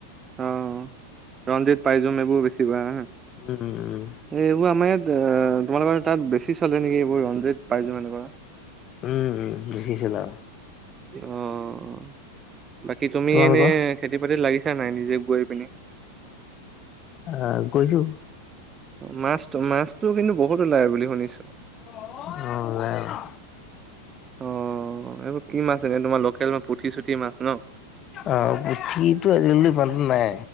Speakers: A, on the right (about 20°); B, on the left (about 30°).
A: অ', ৰঞ্জিত পাইজোম এইবোৰ বেছি কৰা হ
B: উম উম
A: এই এইবোৰ আমাৰ ইয়াত এ তোমালোক মানে তাত বেছি চলে নেকি এইবোৰ ৰঞ্জিত পাইজোঙ এনেকুৱা।
B: উম, উম বেছিচলে।
A: অ', বাকী তুমি
B: তোমালোকৰ
A: এনে খেতি পাতিত লাগিছিল ইচ্ছা নাই নিজে গৈ পিনি।
B: আহ গৈছোঁ।
A: মাছ, মাছতটো কিন্তু বহুত ওলায় বুলি শুনিছোঁ।
B: ওলাই।
A: অ এইবোৰ কি মাছ এনে তোমাৰ লোকেল ম পুঠি চুঠি মাছ ন।
B: অ পুঠিটো আজিকালি ইমান নাই